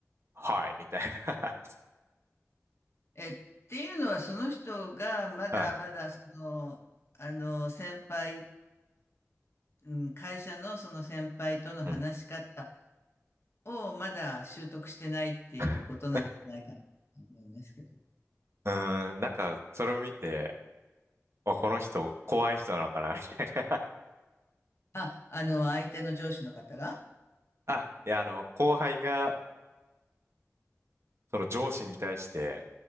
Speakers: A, on the right; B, on the left.
A: はい、みたいな。
B: え、っていうのは、その人がまだまだ、
A: <laughs> はい。
B: その、あの、先輩、うん、会社のその先輩との話し方、
A: うん。
B: をまだ習得してないっていうことなんじゃないかなと
A: <laughs>
B: 思いますけど。
A: うーん、なんか、それを見て、あ、この人、怖い人なのかな、みたいな。
B: あ、あの、相手の上司の方が
A: <laughs> あ、いや、あの、後輩が、その上司に対して、